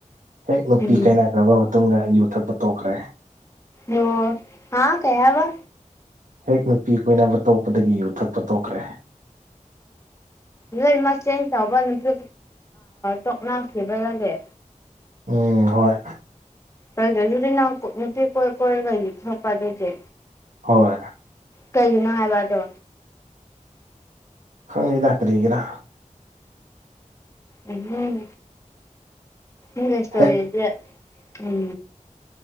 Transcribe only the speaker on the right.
ꯍꯦꯛ ꯅꯨꯄꯤ
ꯀꯥꯏꯅꯈ꯭ꯔꯕ ꯃꯇꯨꯡꯗ ꯌꯨ ꯊꯛꯄ ꯇꯣꯛꯈ꯭ꯔꯦ
ꯍꯦꯛ ꯅꯨꯄꯤ ꯀꯣꯏꯅꯕ ꯇꯣꯛꯄꯗꯒꯤ ꯌꯨ ꯊꯛꯄ ꯇꯣꯛꯈ꯭ꯔꯦ
ꯎꯝ ꯍꯣꯏ
ꯍꯣꯏ꯫
ꯈꯪꯗꯦꯗꯥ ꯀꯔꯤꯒꯤꯔꯥ꯫
ꯍꯦꯛ